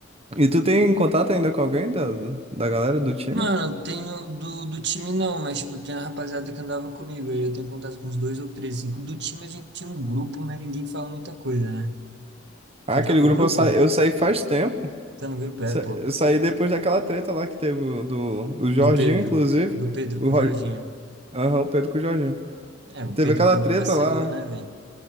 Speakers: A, on the right (about 30°); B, on the right (about 60°).
A: E tu tem contato ainda com alguém da, da galera do time?
B: Mano, tenho do, do time não, mas tipo, tem a rapaziada que andava comigo, aí eu tenho contato com uns dois ou três, cinco. Do time a gente tinha um grupo, mas ninguém fala muita coisa, né?
A: Ah,
B: Você
A: aquele
B: tá no
A: grupo
B: grupo?
A: eu sa- eu saí faz tempo.
B: Tá no grupo,
A: Sa-
B: é, pô.
A: Eu saí depois daquela treta lá que teve o- do o Jorginho,
B: Do Pedro.
A: inclusive.
B: Do Pedro
A: O,
B: com
A: Ro-
B: o Jorginho.
A: Aham, o Pedro com o Jorginho.
B: É, o
A: Teve
B: Pedro
A: aquela
B: também
A: treta
B: vacilou,
A: lá.
B: né, velho?